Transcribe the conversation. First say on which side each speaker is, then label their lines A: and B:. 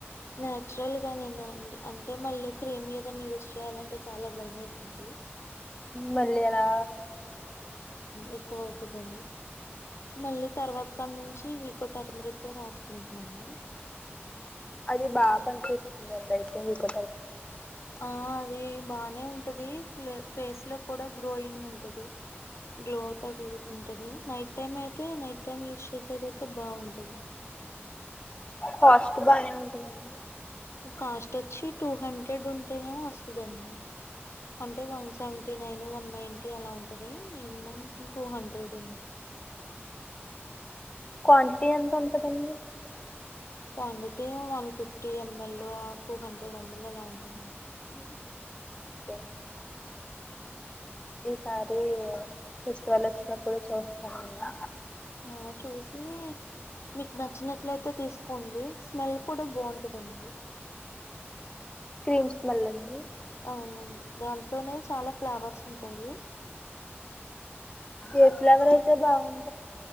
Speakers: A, on the left (about 80°); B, on the left (about 25°).
A: నాచురల్గా నేనాండి అంటే మళ్ళీ క్రీమ్ ఏదైనా యూస్ చేయాలంటే చాలా భయ వేసింది
B: మనా
A: ఎక్కువ అవుతాది మళ్ళీ తర్వాత కాడ నుంచి వీకో టర్మరికే రాసుకుంటున్నాను
B: అది బాగా పనిచేస్తుందండి అయితే మీకు
A: ఆ అది బానే ఉంటది ఫేస్ లో కూడా గ్లోయింగ్ ఉంటది గ్లో తగు ఉంటది నైట్ టైం అయితే నైట్ టైమ్ యూస్ చేసేది అంతే బాగుంటది
B: కాస్ట్ బానే ఉంటందండి
A: కాస్ట్ వచ్చి టూ హండ్రెడ్ ఉంటేనేమో వస్తుందండి అంటే one seventy nine one ninety అలా ఉంటుంది మినిమం టూ హండ్రెడ్ ఉ
B: క్వాంటిటీ ఎంత ఉంటుందండి
A: quantity one fifty ML two hundred ML అలా ఉంటుందండి
B: <inaudible> ఈసారి ఫెస్టివల్ వచ్చినప్పుడు చూస్తాను
A: ఆ చూసి మీకు నచ్చినట్లయితే తీసుకోండి స్మెల్ కూడా బాగుంటదండి
B: మ్ స్మెల్ అండి
A: అవునండి దాంట్లోనే చాలా ఫ్లవర్స్ ఉంటాయి ఆ,
B: ఏ ఫ్లవరైతే బావన్